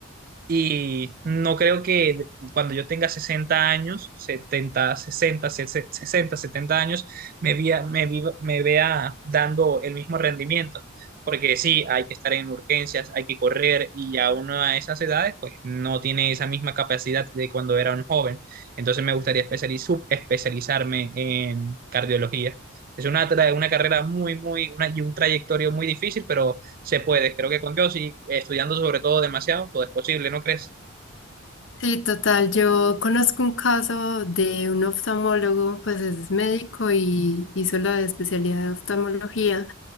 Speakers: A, on the right; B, on the left.
A: y no creo que cuando yo tenga 60 años, 70, 60, 60 70 años, me vea, me viva- me vea dando el mismo rendimiento. Porque sí, hay que estar en urgencias, hay que correr y ya uno a esas edades, pues no tiene esa misma capacidad de cuando era un joven. Entonces me gustaría especializ- subespecializarme en cardiología. Es una, tra- una carrera muy, muy, una, y un trayectorio muy difícil, pero se puede. Creo que con Dios y estudiando sobre todo demasiado, todo es posible, ¿no crees?
B: Sí, total. Yo conozco un caso de un oftalmólogo, pues es médico y hizo la especialidad de oftalmología.